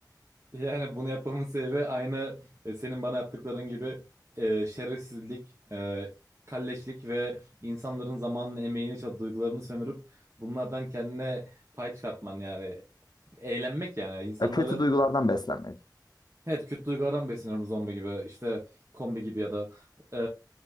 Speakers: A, on the right (about 40°); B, on the left (about 65°).
A: Yani bunu yapmamın sebebi aynı e, senin bana yaptıkların gibi e, şerefsizlik, e, kalleşlik ve insanların zamanını, emeğini, çab- duygularını sömürüp bunlardan kendine pay çıkartman yani. Eğlenmek yani. insanların
B: Ya kötü duygulardan beslenmek.
A: Evet kötü duygulardan besleniyorum zombi gibi işte kombi gibi ya da e,